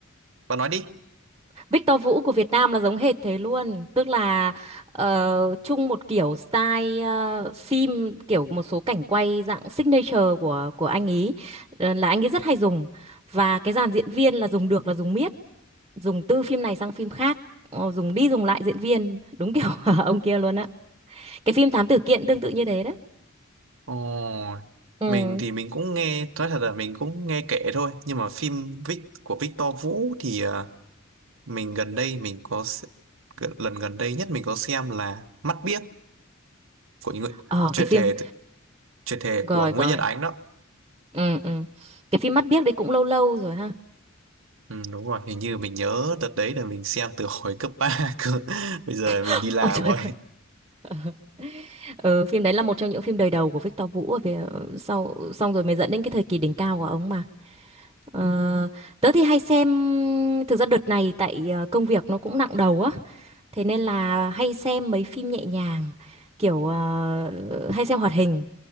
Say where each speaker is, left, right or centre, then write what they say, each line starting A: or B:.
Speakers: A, on the right; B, on the right.
A: Bạn nói đi.
B: Victor Vũ của Việt Nam là giống hệt thế luôn, tức là ờ, chung một kiểu style ờ, phim kiểu một số cảnh quay dạng signature của của anh ý ờ, là anh ấy rất hay dùng và cái dàn diễn viên là dùng được là dùng miết dùng từ phim này sang phim khác ờ, dùng đi dùng lại diễn viên đúng kiểu <laughs> ông kia luôn á cái phim Thám Tử Kiện tương tự như thế đó
A: Ồ,
B: ừ
A: mình thì mình cũng nghe, nói thật là mình cũng nghe kể thôi. Nhưng mà phim Vic của Victor Vũ thì ờ, mình gần đây mình có s- gần- lần gần đây nhất mình có xem là Mắt Biếc của những người
B: ờ
A: chuyển
B: cái phim
A: thể chuyển thể
B: rồi
A: của
B: rồi
A: Nguyễn Nhật Ánh đó.
B: ừ ừ cái phim Mắt Biếc đấy cũng lâu lâu rồi ha
A: Ừ, đúng rồi, hình như mình nhớ đợt đấy là mình xem từ hồi cấp 3 cơ. <laughs> Bây giờ mình
B: <laughs>
A: đi làm
B: ôi trời
A: rồi.
B: ơi <laughs> ừ, phim đấy là một trong những phim đời đầu của Victor Vũ ở Việt sau xong rồi mới dẫn đến cái thời kỳ đỉnh cao của ông mà Ờ, tớ thì hay xem thực ra đợt này tại ờ, công việc nó cũng nặng đầu á thế nên là hay xem mấy phim nhẹ nhàng kiểu ờ, hay xem hoạt hình